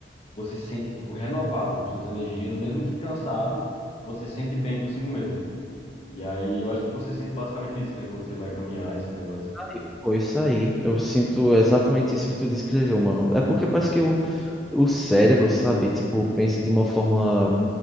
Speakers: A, on the left; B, in the centre.
A: você se sente tipo renovado, suas energias, mesmo que cansado, você se sente bem consigo mesmo. E aí eu acho que você sente basicamente isso, né? Quando você vai caminhar, esses negócios.
B: aí, pô, isso aí. Eu sinto exatamente isso que tu descreveu, mano. É porque parece que o, o cérebro, sabe, tipo, pensa de uma forma